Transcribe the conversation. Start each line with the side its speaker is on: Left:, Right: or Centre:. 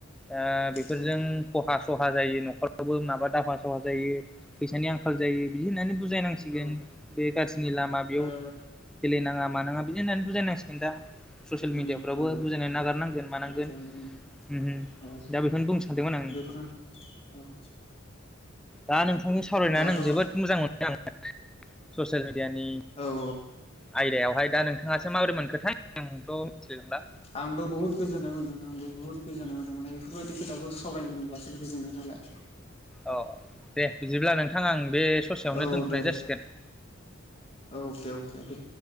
Centre: ओ बेफोरजों
Left: औ
Centre: खहा सहा जायो न'खरावबो माबा दावहा ओ जायो फैसानि आंखाल जायो बिदि होननानै बु जायनांसिगोन
Left: औ
Centre: बे गाज्रिनि
Left: माने
Centre: लामा बेयाव
Left: ओ
Centre: गेलेनाङा मानाङा बिदि होननानै बुजायनांसिगोन दा ससियेल
Left: उम
Centre: मिडियाफ्रावबो
Left: औ
Centre: बुजायनानै नागारनांगोन मानांगोन
Left: आदसा उम
Centre: उम उम
Left: औ
Centre: दा बेखौनो बुंनो सानदोंमोन आं नोंथां
Left: बेफोरनो औ
Centre: दा नों थांजों सावरायनानै
Left: दाथ'
Centre: आं
Left: औ
Centre: जोबोद मोजां मोनबाय आं ससियेल मिडिया नि
Left: अ
Centre: आयदायावहाय दा नोंथाङासो माबोरै मोनखोथाय आोंथ' मिथिलांला
Left: आंबो बुहुत गोजोननाय मोनदों आंबो बुहुत गोजोननाय मोनदों माने बेफोरबायदि खोथाखौ सावरायनो मोनबासो गोजोनो नालाय
Centre: औ दे बिदिब्ला नोंथाङा आं बे ससेयावनो
Left: औ
Centre: दोनथ'नाय
Left: दे दे
Centre: जासिगोन
Left: औके अके दे